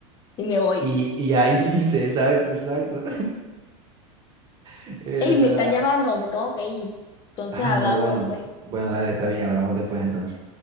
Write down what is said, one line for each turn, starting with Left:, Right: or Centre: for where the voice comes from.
Left: Y me voy.
Right: y, y ya irse, exacto, exacto. <laughs> ¿Verdad?
Left: Ey, me están llamando, me tengo que ir. Entonces
Right: Anda,
Left: hablamos
Right: bueno.
Left: después.
Right: Bueno, dale, está bien, hablamos después entonces.